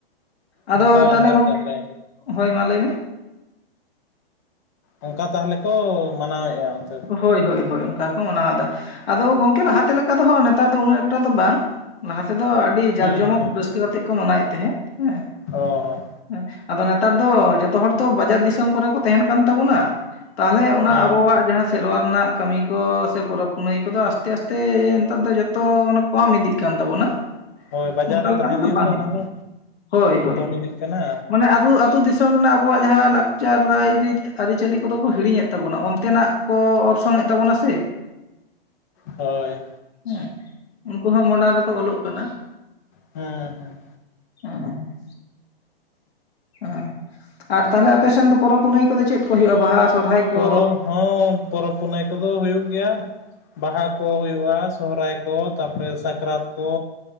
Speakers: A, on the left (about 85°); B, on the left (about 20°).
A: ᱟᱫᱚ
B: ᱚᱝᱠᱟ ᱫᱷᱟᱨᱟ
A: ᱜᱚᱝᱠᱮ
B: ᱛᱟᱦᱚᱞᱮ
A: ᱦᱳᱭ ᱢᱟ ᱞᱟᱹᱭ ᱢᱮ
B: ᱚᱝᱠᱟ ᱛᱟᱦᱚᱞᱮ ᱠᱚ ᱢᱟᱱᱟᱣᱮᱫᱼᱟ ᱚᱱᱛᱮ ᱫᱚ
A: ᱦᱳᱭ ᱦᱳᱭ ᱦᱳᱭ ᱚᱱᱠᱟ ᱠᱚ ᱢᱟᱱᱟᱣᱫᱟ ᱟᱫᱚ ᱜᱚᱝᱠᱮ ᱞᱟᱦᱟᱛᱮ ᱞᱮᱠᱟ ᱫᱚ ᱦᱟᱜ ᱱᱮᱛᱟᱨ ᱫᱚ ᱩᱱᱟᱹᱜ ᱮᱠᱴᱟ ᱫᱚ ᱵᱟᱝ ᱞᱟᱦᱟ ᱛᱮᱫᱚ ᱟᱹᱰᱤ ᱡᱟᱸᱠ
B: ᱦᱮᱸ
A: ᱡᱚᱢᱚᱠ
B: ᱦᱮᱸ
A: ᱨᱟᱹᱥᱠᱟᱹ ᱠᱟᱛᱮᱜ ᱠᱚ ᱢᱟᱱᱟᱭᱮᱫ ᱛᱟᱦᱮᱸᱜ ᱦᱮᱸ
B: ᱚ ᱦᱚᱸ
A: ᱦᱮᱸ ᱟᱫᱚ ᱱᱮᱛᱟᱨ ᱫᱚ ᱡᱚᱛᱚ ᱦᱚᱲ ᱛᱚ ᱵᱟᱡᱟᱨ ᱫᱤᱥᱚᱢ ᱠᱚᱨᱮ ᱠᱚ ᱛᱟᱦᱮᱱ ᱠᱟᱱ ᱛᱟᱵᱚᱱᱟ ᱛᱟᱦᱚᱞᱮ ᱚᱱᱟ
B: ᱦᱚᱸ
A: ᱟᱵᱚᱣᱟᱜ ᱡᱟᱦᱟᱸ ᱥᱮᱨᱣᱟ ᱨᱮᱱᱟᱜ ᱠᱟᱹᱢᱤ ᱠᱚ ᱥᱮ ᱯᱚᱨᱚᱵᱽ ᱯᱩᱱᱟᱹᱭ ᱠᱚᱫᱚ ᱟᱥᱛᱮ ᱟᱥᱛᱮ ᱱᱮᱛᱟᱨ ᱫᱚ ᱡᱚᱛᱚ ᱚᱱ ᱠᱚᱢ ᱤᱫᱤᱜ ᱠᱟᱱ ᱛᱟᱵᱚᱱᱟ
B: ᱦᱳᱭ ᱵᱟᱡᱟᱨ
A: ᱚᱱᱠᱟ
B: ᱨᱮ
A: ᱞᱮᱠᱟ
B: ᱛᱟᱦᱮᱸ
A: ᱛᱮᱫᱚ
B: ᱫᱤᱭᱮ
A: ᱵᱟᱝ
B: ᱛᱚ
A: ᱦᱩᱭᱩᱜ
B: ᱚᱱᱟ
A: ᱠᱟᱱᱟ
B: ᱫᱚ
A: ᱦᱳᱭ ᱦᱳᱭ
B: ᱠᱚᱢ ᱤᱫᱤᱜ ᱠᱟᱱᱟ
A: ᱢᱟᱱᱮ ᱟᱛᱳ ᱫᱤᱥᱚᱢ ᱫᱤᱥᱚᱢ ᱨᱮᱱᱟᱜ ᱟᱵᱚᱣᱟᱜ ᱡᱟᱦᱟᱸ ᱞᱟᱠᱪᱟᱨ ᱨᱟᱭᱼᱨᱤᱛ ᱟᱹᱨᱤᱪᱟᱹᱞᱤ ᱠᱚᱫᱚ ᱠᱚ ᱦᱤᱲᱤᱧᱮᱫ ᱛᱟᱵᱚᱱᱟ ᱚᱱᱛᱮᱱᱟᱜ ᱠᱚ ᱚᱨᱥᱚᱝᱮᱫ ᱛᱟᱵᱚᱱᱟ ᱥᱮ
B: ᱦᱚᱭ
A: ᱦᱮᱸ ᱩᱱᱠᱩ ᱦᱚᱸ ᱢᱚᱨᱰᱟᱱ ᱨᱮᱠᱚ ᱵᱚᱞᱚᱜ ᱠᱟᱱᱟ
B: ᱦᱮᱸ ᱦᱮᱸ ᱦᱮᱸ
A: ᱦᱚᱸᱜ-ᱚ ᱦᱮᱸ ᱟᱨ ᱛᱟᱦᱞᱮ ᱟᱯᱮ ᱥᱮᱱ ᱫᱚ ᱯᱚᱨᱚᱵᱽ ᱯᱩᱱᱟᱹᱭ ᱠᱚᱫᱚ ᱪᱮᱫ ᱠᱚ ᱦᱩᱭᱩᱜᱼᱟ ᱵᱟᱦᱟ ᱥᱚᱨᱦᱟᱭ ᱠᱚ
B: ᱯᱚᱨᱚᱵᱽ ᱦᱚᱸ ᱯᱚᱨᱚᱵᱽ ᱯᱩᱱᱟᱹᱭ ᱠᱚᱫᱚ ᱦᱩᱭᱩᱜ ᱜᱮᱭᱟ ᱵᱟᱦᱟ ᱠᱚ ᱦᱩᱭᱩᱜᱼᱟ ᱥᱚᱦᱨᱟᱭ ᱠᱚ ᱛᱟᱨᱯᱚᱨᱮ ᱥᱟᱠᱨᱟᱛ ᱠᱚ